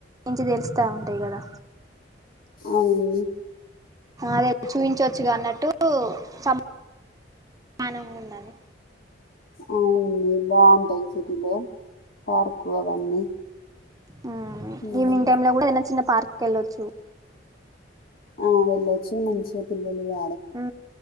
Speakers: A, on the right; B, on the left.
A: నించి తెలుస్తా ఉంటాయి కదా
B: అవునండి
A: అదే చూయించోచ్చుగాన్నట్టు టూ సమామానంగా ఉండాలి
B: అవునండి బావుంటాయి సిటీలో పార్కు అవన్నీ
A: ఉమ్
B: ఉమ్.
A: ఈవినింగ్ టైమ్ లో కూడా ఏమన్న చిన్న పార్కుకు వెళ్ళొచ్చు.
B: ఉ వెళ్ళొచ్చు మంచిగా పిల్లలుగా
A: ఉ